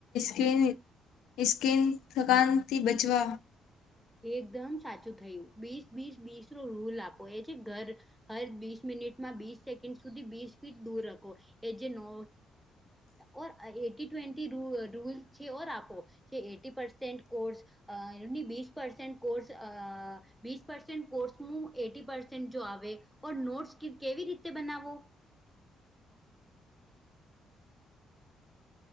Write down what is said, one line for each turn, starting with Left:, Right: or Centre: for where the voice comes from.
Left: કીન સ્કીન થકાનથી બચવા
Centre: એકદમ સાચું થયું બીસ બીસ બીસ નો રૂલ આપો એ છે ઘર હર બીસ મિનિટમાં બીસ સેકન્ડ સુધી બીસ ફીટ દૂર રખો એ જે નો ઓર એટી ટ્વેન્ટી ર રૂલ છે ઓર આપો જે એટી પસેન્ટ કોર્સની અ બીસ પરસેન્ટ કોર્સ અ વીસ પર્સેન્ટ કોર્સનૉ એટી પર્સેન્ટ જો આવે ઓ નોટસ કેવી રીતે બનાવો